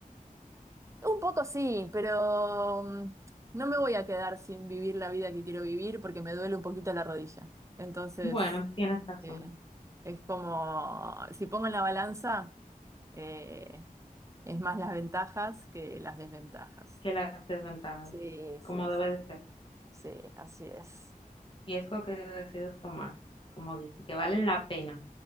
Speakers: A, on the right; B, on the left.
A: un poco sí, pero mm, no me voy a quedar sin vivir la vida que quiero vivir porque me duele un poquito la rodilla. Entonces,
B: Bueno, tienes razón,
A: eh, es como, si pongo en la balanza, eh, es más las ventajas que las desventajas.
B: que las desventajas,
A: Sí, sí,
B: como debe de ser.
A: sí, así es,
B: riesgo que decides tomar, como dice, que valen la pena.